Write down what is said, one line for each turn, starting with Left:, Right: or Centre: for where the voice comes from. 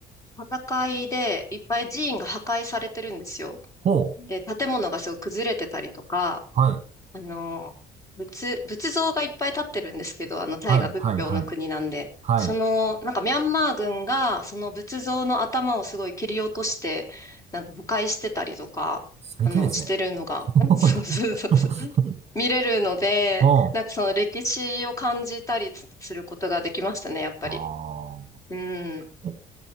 Left: 戦いでいっぱい寺院が破壊されてるんですよ。
Right: ほう。
Left: で、建物がすごい崩れてたりとか、
Right: はい、
Left: あの、仏、仏像がいっぱい立ってるんですけど、あの、タイが仏教の国なんで、
Right: はい、はい、はい。はい。
Left: その、なんかミャンマー軍が、その仏像の頭をすごい切り落として、なんか誤解してたりとか、
Right: 最低ですね。
Left: あの、してるのが、
Right: <laughs>
Left: <laughs> そうそうそうそう、見れるので、
Right: も
Left: なんかその歴史を感じたりすることができましたね、やっぱり。
Right: う、ああ
Left: うん。
Right: えタ